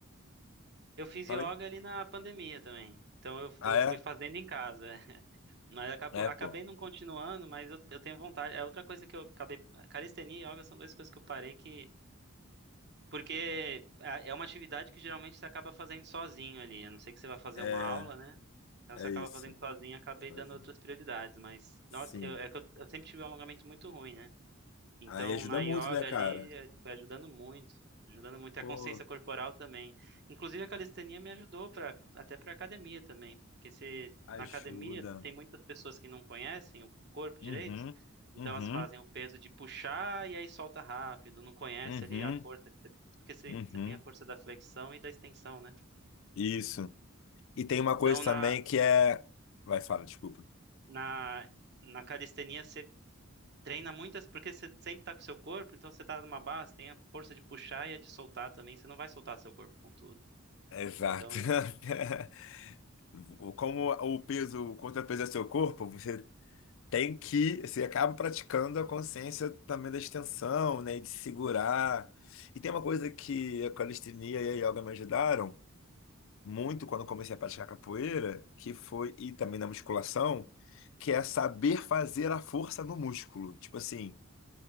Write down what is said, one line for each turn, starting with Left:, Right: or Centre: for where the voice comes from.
Right: eu fiz
Left: Falei.
Right: yoga ali na pandemia também. Então eu,
Left: Ah,
Right: eu
Left: é?
Right: fui fazendo em casa. <laughs> Mas acabo,
Left: É,
Right: acabei
Left: pô.
Right: não continuando, mas eu, eu tenho vontade. É outra coisa que eu acabei. Calistenia e yoga são duas coisas que eu parei que Porque a- é uma atividade que geralmente você acaba fazendo sozinho ali. A não ser que você vá fazer
Left: É,
Right: uma aula, né? Então
Left: é
Right: você acaba
Left: isso.
Right: fazendo sozinho, acabei
Left: Sozinho.
Right: dando outras prioridades. Mas,
Left: Sim.
Right: nossa, eu, é que eu, eu sempre tive um alongamento muito ruim, né? Então,
Left: Aí ajuda
Right: na
Left: muito,
Right: yoga
Left: né, cara?
Right: ali, eh, foi ajudando muito, ajudando muito. E
Left: Pô,
Right: A consciência corporal também. Inclusive, a calistenia me ajudou pra, até para academia também. Porque se,
Left: ajuda.
Right: na academia tem muitas pessoas que não conhecem o o corpo
Left: Uhum,
Right: direito, então
Left: uhum,
Right: elas fazem o peso de puxar e aí solta rápido, não conhece
Left: uhum,
Right: ali a força, que você- porque você,
Left: uhum.
Right: você tem a força da flexão e da extensão, né?
Left: Isso. E tem
Right: Então,
Left: uma coisa
Right: na,
Left: também que é. Vai, fala, desculpa.
Right: na, na calistenia, Treina muitas, porque você sempre tá com o seu corpo, então você tá numa base, tem a força de puxar e a de soltar também, você não vai soltar seu corpo com tudo.
Left: Exato.
Right: Então,
Left: <laughs> O- Como o peso, o contrapeso é seu corpo, você tem que, você acaba praticando a consciência também da extensão, né? E de segurar. E tem uma coisa que a calistenia e a yoga me ajudaram muito quando eu comecei a praticar capoeira, que foi, e também na musculação, que é saber fazer a força no músculo. Tipo assim,